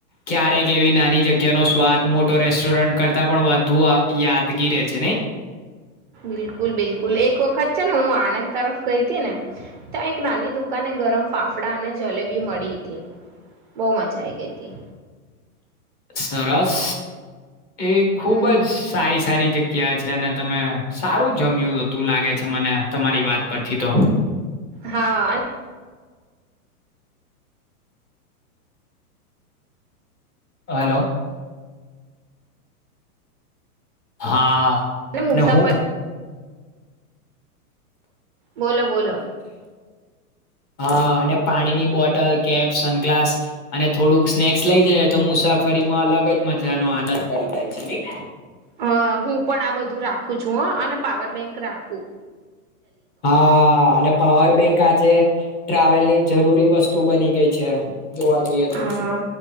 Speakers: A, on the left; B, on the right.
A: ક્યારેક એવી નાની જગ્યાનોો સ્વાદ મોટો રેસ્ટોરન્ટ કરતા પણ વધુ યાદગી રહે છે નઈ
B: બિલકુલ બિલકુલ એક વખત છે ને હું આણંદ તરફ ગઈ હતી ને ત્યા એક નાની દુકાને ગરમ ફાફડા અને જલેબી મળી બહ મજા આઈ ગઈ હતી
A: સરસ એ ખુબ
B: હમ
A: જ સારી સારી જગ્યા ગયા છે અને ત સારું જમ્યું હતું લાગે છે મને તમારી વાત પરથી તો
B: હા
A: હલો હા
B: અને મુસાફર
A: નહું
B: બોલો બોલો
A: હા અને પાણીની બોટલ કેપ સનગ્લાસ અને થોડુંક સ્નેક્સ લઇ જઈ તો મુસાફરીમાં અલગ જ મજા નો આનંદ પડી જાય છે નહી
B: હ હું પણ આ બધું રાખું ૂજ અને પાવર બેંક રાખવું
A: હા અને પાવર બેંક આજે ટ્રાવેલ ની જરૂરી વસ્તુ બની ગઈ છે જોવા જઈએ તો
B: હા